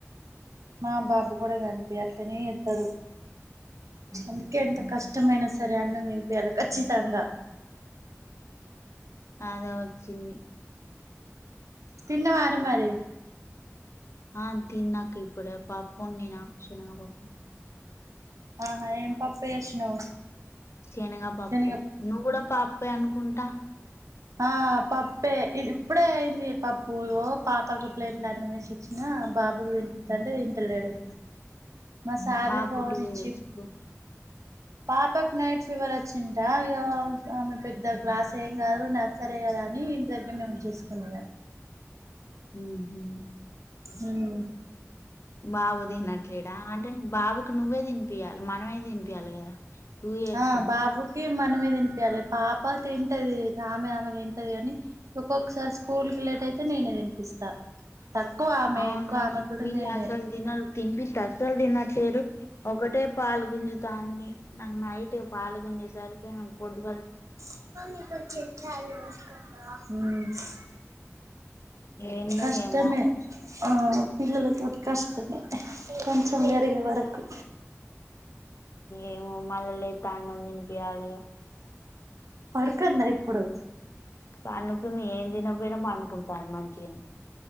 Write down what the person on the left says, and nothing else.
అదే వచ్చింది
ఆ తిన్నాక ఇప్పుడే పప్పు వండిన శెనగపప్పు
చేనగ పప్పు
నువ్వు కూడా పాపే అనుకుంటా
<inaudible>
పాపకు
లేదు
స్కూల్
ఉహు
బాబు తినట్లేడా అంటే బాబు నువ్వే తినిపియ్యలి మనమే తినిపియ్యలి కదా టూ ఇయర్సా
అవునుకని
వీళ్ళు
అసలు తినరు తినిపిత్తే అసల్ తినట్లేరు ఒకటే పాలు గుంజుతాంది నాకు నైట్ పాలు గుంజేసరికే బొడ్డు క
ఏందో
ఏమో
ఏమో మల్ల లెత్తే ఆన్నం తినిపియాలిగా
పండుకుంది ఏం తినపోయినా పండుకుంటుంది మంచిగా